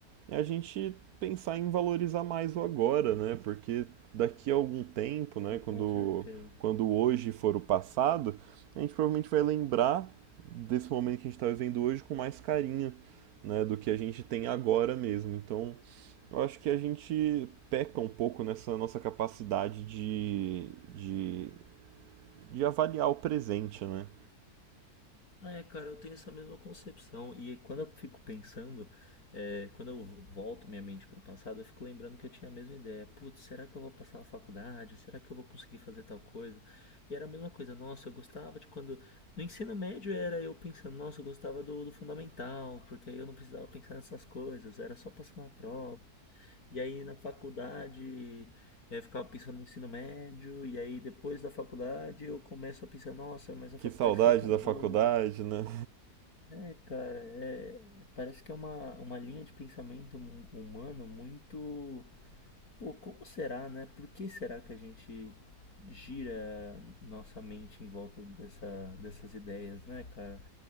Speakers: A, on the right; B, on the left.
A: é a gente pensar em valorizar mais o agora, né? Porque daqui a algum tempo, né, quando
B: com certeza.
A: quando hoje for o passado, a gente provavelmente vai lembrar desse momento que a gente está vivendo hoje com mais carinho, né, do que a gente tem agora mesmo. Então, eu acho que a gente peca um pouco nessa nossa capacidade de, de, de avaliar o presente, né?
B: É, cara, eu tenho essa mesma concepção. E quando eu fico pensando, é, quando eu volto minha mente pro passado, eu fico lembrando que eu tinha a mesma ideia. Putz, será que eu vou passar na faculdade? Será que eu vou conseguir fazer tal coisa? E era a mesma coisa. Nossa, eu gostava de quando. No ensino médio era eu pensando, nossa, eu gostava do, do fundamental, porque aí eu não precisava pensar nessas coisas, era só passar na prova. E aí na faculdade. é, Eu ficava pensando no ensino médio, e aí depois da faculdade eu começo a pensar, nossa, mas a
A: Que
B: faculdade
A: saudade
B: foi tão
A: da
B: boa.
A: faculdade, né?
B: É, cara, é- parece que é uma, uma linha de pensamento hum- humano muito. Pô, como será, né? Por que será que a gente gira nossa mente em volta dessa, dessas ideias, né, cara?